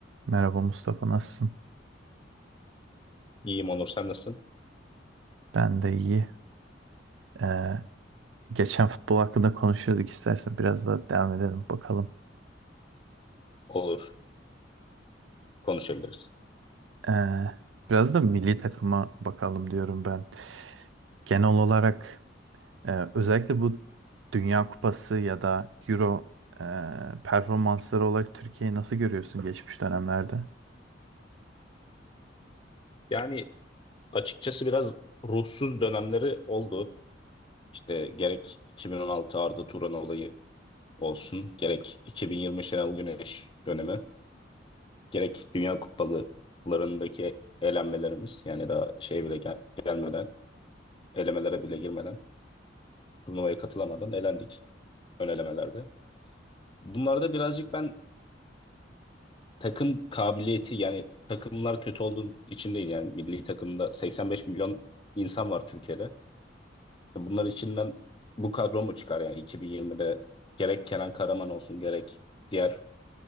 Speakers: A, on the right; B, on the left.
A: Merhaba Mustafa, nasılsın?
B: İyiyim Onur, sen nasılsın?
A: Ben de iyi. Ee, geçen futbol hakkında konuşuyorduk istersen biraz daha devam edelim bakalım.
B: Olur, konuşabiliriz.
A: Ee, biraz da milli takıma bakalım diyorum ben. Genel olarak e, özellikle bu Dünya Kupası ya da Euro e, performansları olarak Türkiye'yi nasıl görüyorsun geçmiş dönemlerde?
B: Yani açıkçası biraz ruhsuz dönemleri oldu. İşte gerek 2016 Arda Turan olayı olsun, gerek 2020 Şenol Güneş dönemi, gerek Dünya Kupalarındaki elenmelerimiz, yani daha şey bile gel- gelmeden, elemelere bile girmeden, turnuvaya katılamadan elendik ön elemelerde. Bunlarda birazcık ben takım kabiliyeti yani takımlar kötü olduğu için değil yani milli takımda 85 milyon insan var Türkiye'de. E Bunlar içinden bu kadro mu çıkar yani 2020'de gerek Kenan Karaman olsun gerek diğer